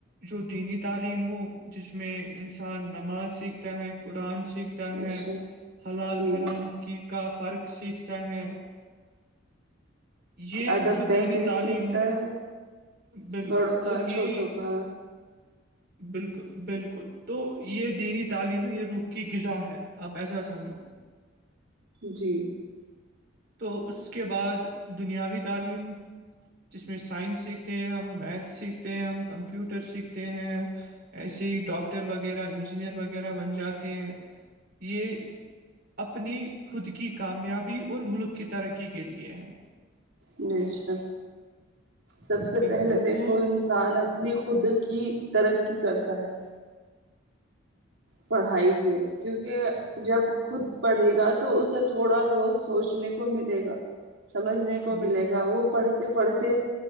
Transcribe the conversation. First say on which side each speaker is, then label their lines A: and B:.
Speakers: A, on the right; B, on the right.
A: جو دینی تعلیم ہو جس میں انسان نماز سیکھتا ہے قرآن سیکھتا
B: بشک
A: ہے حلال
B: جی
A: حرام کی کا فرق سیکھتا ہے یہ
B: ادب
A: جو
B: تہذیب
A: دینی تعلیم
B: سیکھتا
A: نا
B: ہے
A: بالکل
B: بڑوں کا
A: اور یہ
B: چھوٹوں کا
A: بالکل بالکل تو یہ دینی تعلیم یہ روخ کی غذا ہے آپ ایسا سمجھو
B: جی
A: تو اس کے بعد دنیاوی تعلیم جس میں سائنس سیکھتے ہیں ہم میتھ سیکھتے ہیں ہم کمپیوٹر سیکھتے ہیں ایسے ہی ڈاکٹر وغیرہ انجینئر وغیرہ بن جاتے ہیں یہ اپنی خود کی کامیابی اور ملک کی ترقی کے لیے ہے
B: جی اچھا سب سے
A: بالکل
B: پہلے دیکھو
A: تو
B: انسان اب اپنی خود کی ترقی کرتا ہے پڑھائی سے کیونکہ جب خود پڑھے گا تو اسے تھوڑا بہت سوچنے کو ملے گا سمجھنے کو
A: بالکل
B: ملے گا وہ پڑھتے پڑھتے